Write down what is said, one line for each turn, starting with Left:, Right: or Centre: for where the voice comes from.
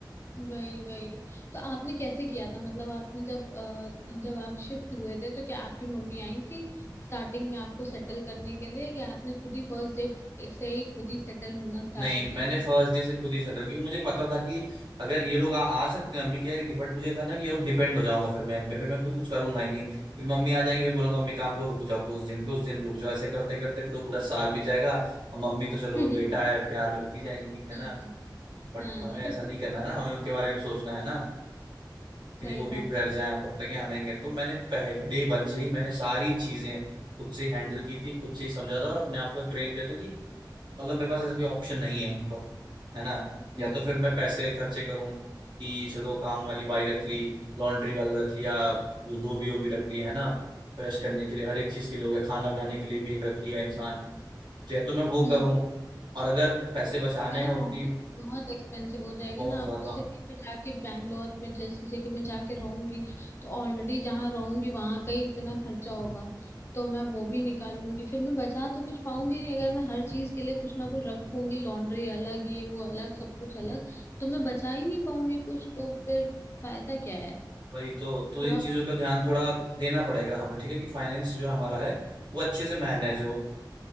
Left: वही वही तो आपने कैसे किया था मतलब आपने जब अ, जब आप शिफ्ट हुए थे तो क्या आपकी मम्मी आई थी स्टार्टिंग में आपको सेटल करने के लिए कि आपने खुद ही फर्स्ट डे से ही खुद ही सेटल होना स्टार्ट
Right: नहीं
Left: हो
Right: मैंने
Left: गए थे
Right: फर्स्ट
Left: <laughs>
Right: डे से खुद ही सेटल क्योंकि मुझे पता था कि अगर ये लोग आ, आ सकते हैं मम्मी कह रही थी बट मुझे था ना कि ये लोग डिपेंड हो जाऊंगा फिर मैं इन पे फिर मैं खुद कुछ करूंगा ही नहीं फिर मम्मी आ जाएंगी फिर बोलूंगा मम्मी काम को रुक जाओ कुछ दिन कुछ दिन रुक जाओ ऐसे करते करते फिर वो पूरा साल बीत जाएगा और मम्मी तो चलो
Left: हम्म
Right: बेटा है प्यार में रुकी जाएंगी है
Left: हम्म,
Right: ना बट
Left: हम्म,
Right: हमें
Left: हाँ
Right: ऐसा नहीं करना
Left: <laughs>
Right: ना हमें उनके बारे में सोचना है ना कि
Left: सही
Right: नहीं वो भी
Left: बात
Right: घर
Left: है
Right: जाए अब कब तक यहाँ रहेंगे तो मैंने पहले डे वन से ही मैंने सारी चीजें खुद से हैंडल की थी खुद से ही समझा था और अपने आप को ट्रेन किया था मतलब मेरे पास ऐसा कोई ऑप्शन नहीं है तो है ना
Left: हम्म
Right: या तो फिर मैं पैसे खर्चे करूं कि चलो काम वाली बाई रख ली लॉन्ड्री वाला रख लिया वो धोबी वोबी रख लिया है ना ब्रश करने के लिए हर एक चीज के लिए हो गया खाना बनाने के लिए भी एक रख लिया इंसान तो या तो मैं वो
Left: हम्म
Right: करूं और अगर पैसे बचाने
Left: यार
Right: हैं उतनी
Left: बहुत बहुत एक्सपेंसिव हो जाएगा
Right: बहुत
Left: ना अब
Right: ज्यादा
Left: सिटी में जाके बैंगलोर में जैसी जगह में जाके रहूंगी तो ऑलरेडी जहाँ रहूंगी वहां का ही इतना खर्चा होगा तो मैं वो भी निकालूंगी फिर मैं बचा तो कुछ पाऊंगी नहीं अगर मैं हर चीज के लिए कुछ ना कुछ रखूंगी लॉन्ड्री अलग ये वो अलग सब कुछ अलग तो मैं बचा ही नहीं पाऊंगी कुछ तो फिर फायदा क्या है
Right: वही तो तो
Left: थोड़ा
Right: इन चीजों
Left: बहुत
Right: का ध्यान थोड़ा देना पड़ेगा हमें ठीक है कि फाइनेंस जो हमारा है वो अच्छे से मैनेज हो